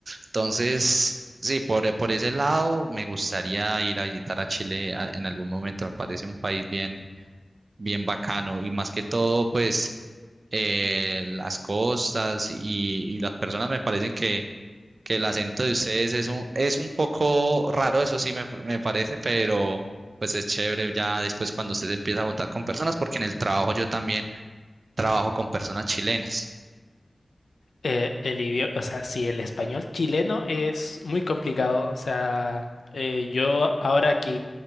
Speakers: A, on the right; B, on the left.
A: Entonces, sí, por, por ese lado me gustaría ir a visitar a Chile a- en algún momento, me parece un país bien, bien bacano y más que todo, pues... eh, las costas y, y las personas me parecen que, que el acento de ustedes es un, es un poco raro, eso sí me, me parece, pero pues es chévere ya después cuando usted se empieza a juntar con personas, porque en el trabajo yo también trabajo con personas chilenas.
B: eh, el idioma, o sea, sí, el español chileno es muy complicado. O sea, eh, yo ahora que